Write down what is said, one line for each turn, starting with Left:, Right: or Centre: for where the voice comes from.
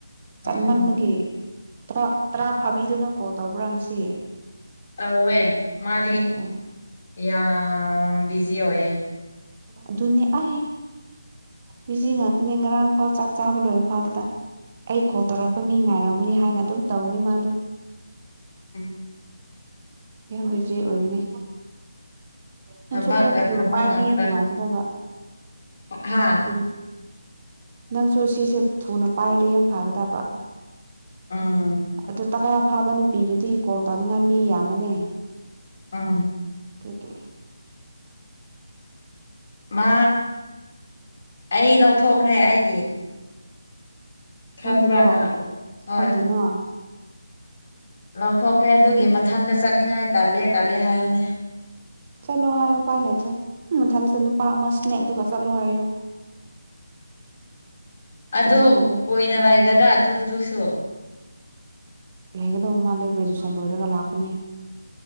Left: ꯎꯝ
Right: ꯆꯠꯃꯟꯕꯒꯤ ꯔ ꯇꯔꯥ ꯐꯥꯕꯤꯗꯨꯅ ꯀꯣꯜ ꯇꯧꯕ꯭ꯔꯥ ꯉꯁꯤ
Left: ꯇꯧꯋꯦ ꯃꯥꯗꯤ
Right: ꯑꯦ
Left: ꯌꯥꯝ ꯕꯤꯖꯤ ꯑꯣꯏꯌꯦ
Right: ꯑꯗꯨꯅꯤ ꯑ ꯕꯤꯖꯤ ꯉꯥꯛꯇꯅꯦ ꯉꯔꯥꯡ ꯐꯥꯎ ꯆꯥꯛ ꯆꯥꯕ ꯂꯣꯏꯕ ꯐꯥꯎꯗ ꯑꯩ ꯀꯣꯜ ꯇꯧꯔꯛꯄ ꯃꯤ ꯉꯥꯏꯔꯝꯃꯅꯤ ꯍꯥꯏꯅ ꯑꯗꯨꯝ ꯇꯧꯅꯤ ꯃꯥꯗꯣ
Left: ꯎꯝ
Right: ꯌꯥꯝ ꯕꯤꯖꯤ ꯑꯣꯏꯕꯅꯦ ꯅꯪꯁꯨ
Left: ꯊꯕꯛꯀ
Right: ꯈꯔ ꯊꯨꯅ
Left: ꯊꯕꯛ
Right: ꯄꯥꯏꯔꯗꯤ
Left: ꯉꯥꯛꯇ
Right: ꯌꯥꯝ ꯅꯨꯡꯉꯥꯏꯒꯗꯕ
Left: ꯍꯥ
Right: ꯎꯝ ꯅꯪꯁꯨ ꯁꯤꯁꯦ ꯊꯨꯅ ꯄꯥꯏꯔꯦ ꯌꯥꯝ ꯐꯥꯒꯗꯕ
Left: ꯎꯝ
Right: ꯑꯗꯨ ꯇꯔꯥ ꯐꯥꯕ ꯅꯨꯄꯤꯗꯨꯗꯤ ꯀꯣꯜ ꯇꯧꯅꯤꯡꯉꯥꯏ ꯃꯤ ꯌꯥꯝꯕꯅꯦ
Left: ꯎꯝ
Right: ꯑꯗꯨꯀꯤ
Left: ꯃꯥ ꯑꯩ ꯂꯧꯊꯣꯛꯈ꯭ꯔꯦ ꯑꯩꯒꯤ ꯈꯪꯕ꯭ꯔꯥ
Right: ꯅꯪꯒꯤꯗꯣ
Left: ꯅꯪ ꯍꯣꯏ
Right: ꯈꯪꯗꯦꯅꯥ
Left: ꯂꯧꯊꯣꯛꯈ꯭ꯔꯦ ꯑꯗꯨꯒꯤ ꯃꯊꯟꯇ ꯆꯠꯅꯤꯡꯉꯥꯏ ꯇꯜꯂꯦ ꯇꯜꯂꯦ ꯍꯥꯏꯕꯅꯦ
Right: ꯆꯠꯂꯣ ꯍꯥꯏꯌꯣ ꯎꯄꯥꯏ ꯂꯩꯇ꯭ꯔꯦ ꯎꯝ ꯃꯊꯟꯆꯇ ꯅꯨꯄꯥ ꯑꯃ ꯁ꯭ꯅꯦꯛꯗꯨꯒ ꯆꯠꯂꯣ ꯍꯥꯏꯌꯨ
Left: ꯑꯗꯨꯛ
Right: ꯆꯠꯃꯤꯟꯅꯕꯩ
Left: ꯀꯨꯏꯅ ꯂꯩꯒꯗ꯭ꯔꯥ ꯑꯗꯨꯗꯨꯁꯨ
Right: ꯂꯩꯒꯗꯧ ꯃꯥꯜꯂꯦ ꯒ꯭ꯔꯦꯖ꯭ꯑꯦꯁꯟ ꯂꯣꯏꯔꯒ ꯂꯥꯛꯄꯅꯤ